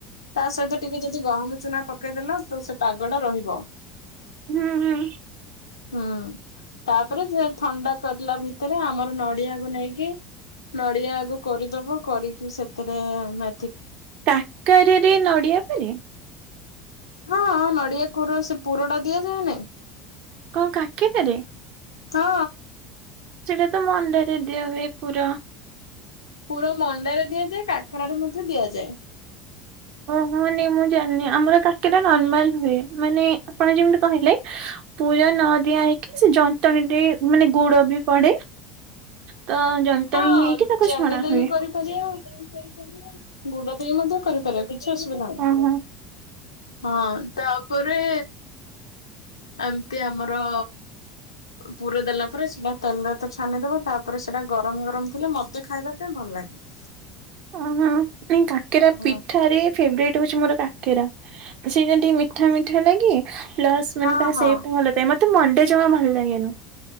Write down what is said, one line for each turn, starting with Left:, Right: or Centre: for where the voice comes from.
Left: ତାସହିତ ଟିକେ ଯଦି ଗହମ ଚୁନା ପକେଇଦେଲ, ତ ସେ ପାଗଟା ରହିବ।
Right: ହୁଁ ହୁଁ
Left: ହଁ ତାପରେ ସେ ଥଣ୍ଡା କରିଲା ଭିତରେ, ଆମର ନଡିଆକୁ ନେଇକି ନଡିଆ ଆଗ କୋରିଦବ, କୋରିକି ସେଥେରେ ମା
Right: କାକାରାରେ ନଡିଆ ପରେ?
Left: ହଁ, ନଡିଆ କୁର ସେ ପୁରଟା ଦିଆଯାଏ ନାଇଁ।
Right: କଣ କାକେରାରେ?
Left: ହଁ।
Right: ସେଇଟା ତ ମଣ୍ଡାରେ ଦିଆ ହୁଏ ପୁର।
Left: ପୁର ମଣ୍ଡାରେ ଦିଆଯାଏ। କାକରାରେ ମଧ୍ୟ ଦିଆଯାଏ। <inaudible>
Right: ହଁ ନାଇଁ ମୁଁ ଜାଣିନି, ଆମର କାକେରା ନର୍ମାଲ ହୁଏ। ମାନେ ଆପଣ ଯେମତି କହିଲେ ପୁର ନଦୀଆ ହେଇକି ସେ ଯନ୍ତଣୀ ଦେଇ ମାନେ ଗୁଡ ବି ପଡେ। ତ ଯନ୍ତଣୀ
Left: ହଁ
Right: ହେଇକି ତାକୁ
Left: ଚିନି
Right: ଛଣା
Left: ଦେଇକି
Right: ହୁଏ
Left: କରିପାରିବେ <unintelligible> ଗୁଡ ଦେଇକି ମଧ୍ୟ କରିପାରିବା କିଛି ଅସୁବିଧା ନାହିଁ
Right: ଓହୋ
Left: ହଁ ତା ଉପ ଉପରେ ଏମିତି ଆମର ପୁର ଦେଲା ପରେ ସେଟା ତେଲରେ ତ ଛାନିଦବ ତାପରେ ସେଟା ଗରମ ଗରମ ଥିଲେ ମତେ ଖାଇବା ପାଇଁ ଭଲ ଲାଗେ। <inaudible>
Right: ଓ ହୁଁ କାକେରା
Left: ହଁ।
Right: ପିଠାରେ ଫେବରେଟ ହଉଛି ମୋର କାକେରା। ସେ ଯେମିତି ମିଠା ମିଠା ଲାଗେ ପ୍ଲସ
Left: ହଁ
Right: ମାନେ ତ
Left: ହଁ।
Right: ସେପ୍ ଭଲ ଥାଏ ମତେ ମଣ୍ଡା ଜମା ଭଲ ଲାଗେନି